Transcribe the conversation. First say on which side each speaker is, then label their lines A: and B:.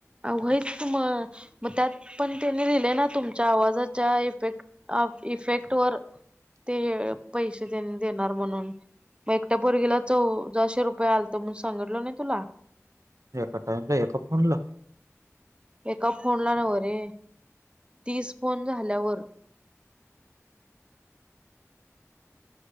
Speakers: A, on the right (about 20°); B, on the right (about 75°).
A: व्हयच मग मग त्यात पण त्यांनी लिहिले ना तुमच्या आवाजाच्या इफेट इफेक्ट वर ते पैसे त्यांनी देणार म्हणून मग एकट्या पोरगीला चौदाशे रुपये आलत म्हणून सांगितल नाही तुला.
B: एका टाइमला एका फोनला
A: एका फोनला नव रे तीस फोन झाल्यावर.